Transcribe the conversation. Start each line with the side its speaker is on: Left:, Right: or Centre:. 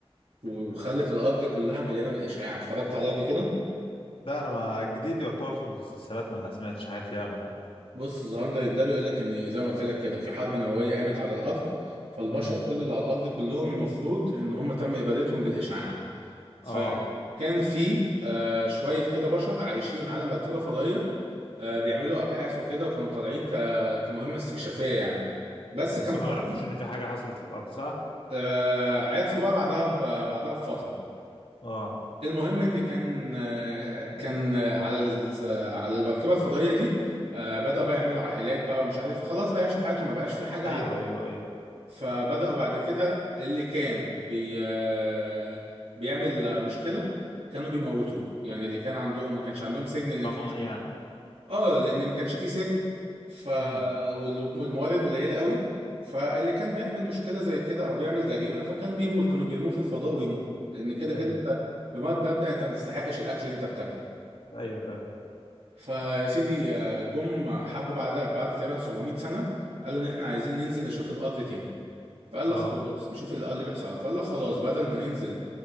Right: وخلت
Left: مم.
Right: الارض كلها مليانه بالاشعاع اتفرجت عليه قبل كده
Left: لا انا ما جديد يعتبر في المسلسلات ما سمعتش حاجات ياما يعني
Right: بص ذا 100 ده بيقول لك ان زي ما قلت لك كده في حرب نوويه قامت على الارض فالبشر
Left: امم
Right: كل اللي على الارض كلهم المفروض ان هم تم ابادتهم بالاشعاع فكان
Left: اه
Right: في آه شويه كده بشر عايشين على مركبه فضائيه آه بيعملوا ابحاث وكده وكانوا طالعين ك... كمهمه استكشافيه يعني بس
Left: بس
Right: كانوا
Left: هم
Right: طالعين
Left: ما يعرفوش ان في حاجة حصلت في الارض صح؟
Right: آه، عرفوا بقى بعدها ب- بعدها بفترة
Left: اه
Right: المهم ان كان آه، كان آه، على ال- آه، على المركبة الفضائية دي آه، بدأوا بقى يعملوا عائلات بقى ومش عارف إيه. خلاص بقى يعيشوا حياتهم ما بقاش في حاجة
Left: ايوه
Right: ع-
Left: ايوه ايوه
Right: فبدأوا بعد كده اللي كان بي آه، بيعمل آه، مشكلة كانوا بيموتوه يعني اللي كان عندهم ما كانش عندهم سجن اللي ما
Left: قانوني
Right: كانش عندهم
Left: يعني
Right: اه لان ما كانش فيه سجن ف
Left: امم
Right: وال- والموارد قليله قوي فاللي كان بيعمل مشكله زي كده او بيعمل جريمه فكان بيموت كانوا بيرموه في الفضاء ويموت لان كده
Left: ايوه
Right: كده انت بمبدا مبدأ انت ما تستحقش الاكل اللي انت بتاكله
Left: ايوه فاهم
Right: فيا سيدي آه، جم حبوا بعد بعد تقريبا 700 سنه قالوا ان احنا عايزين ننزل نشوف الارض تاني فقال
Left: اه
Right: لك خلاص نشوف الارض اللي بيحصل فقال لك خلاص بدل ما ننزل